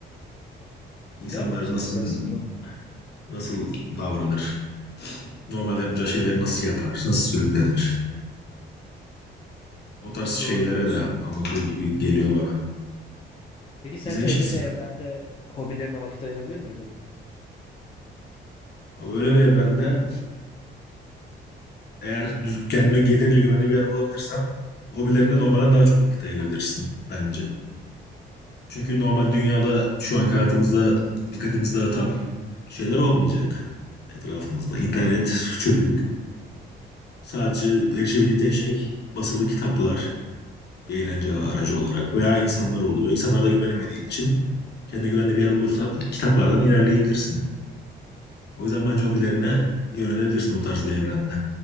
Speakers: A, on the left; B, on the left.
A: İnsanlar
B: Güzel bakış açısı
A: nasıl
B: aslında.
A: nasıl davranır? Normal yapmayacağı şeyleri nasıl yapar? Nasıl sürüklenir? O tarz şeylere
B: Doğru diyorsun.
A: de anlatıyor gibi geliyor bana.
B: Peki sence
A: İzlemiş
B: öyle
A: misin?
B: bir evrende hobilerine vakit ayırabilir miydin?
A: Ama böyle bir evrende Eğer düz, kendine yeterince güvenli bir yer bulabilirsen hobilerine normalden daha çok vakit ayırabilirsin bence. Çünkü normal dünyada şu anki hayatımızda dikkatimizi dağıtan şeyler olmayacak etrafımızda. İnternet çökük. Sadece erişebildiğin tek şey basılı kitaplar bir eğlence aracı olarak veya insanlar oluyor. İnsanlara da güvenemediğin için kendine güvenli bir yer bulursan kitaplardan ilerleyebilirsin. O yüzden bence hobilerine yönelebilirsin o tarz bir evrende.